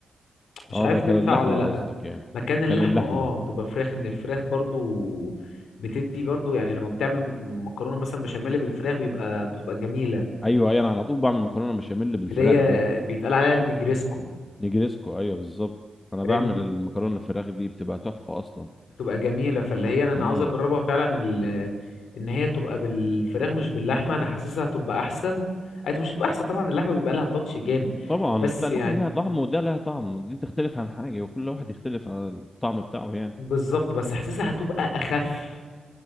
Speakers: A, on the left (about 85°); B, on the left (about 25°).
A: مش
B: اه
A: عارف
B: بقى
A: تنفع
B: كان اللحمه
A: ولا لأ
B: قصدك يعني
A: مكان اللحمة
B: كان اللحمه
A: اه تبقى فراخ ان الفراخ برضو بتدي برضو يعني لما بتعمل مكرونة مثلا بشاميل بالفراخ بيبقى بتبقى جميلة
B: ايوه ايوه انا على طول بعمل مكرونه بشاميل بالفراخ
A: اللي هي
B: دي
A: بيتقال عليها النجريسكو
B: نجريسكو ايوه بالظبط انا
A: فاهمني
B: بعمل المكرونه الفراخ دي بتبقى تحفه اصلا
A: بتبقى جميلة فاللي هي انا
B: امم
A: عاوز اجربها فعلا ال... ان هي تبقى بالفراخ مش باللحمة انا حاسسها هتبقى احسن أي مش هتبقى احسن طبعا اللحمة بيبقى لها تاتش جامد
B: طبعا
A: بس
B: ده اللحمه
A: يعني
B: ليها طعم وده لها طعم دي تختلف عن حاجه وكل واحد يختلف عن الطعم بتاعه يعني
A: بالظبط بس حاسسها هتبقى اخف